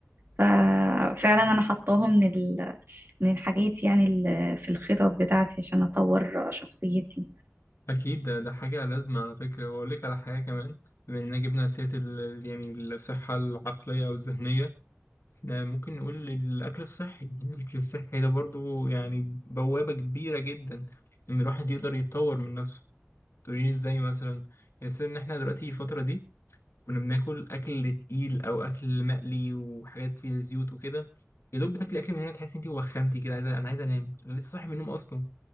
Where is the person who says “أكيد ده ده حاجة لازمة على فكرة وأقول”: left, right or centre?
Left